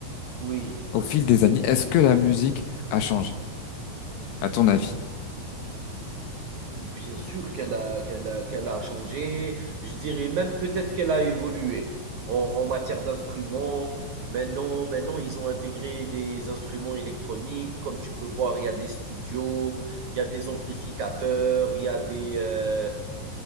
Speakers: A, on the right (about 80°); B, on the left (about 75°).
A: Oui,
B: au fil des années, est-ce que la musique a changé, à ton avis?
A: bien sûr qu'elle a qu'elle a qu'elle a changé. Je dirais même peut-être qu'elle a évolué en en matière d'instruments. Maintenant maintenant, ils ont intégré des instruments électroniques. Comme tu peux voir, il y a des studios, il y a des amplificateurs, il y a des, heu,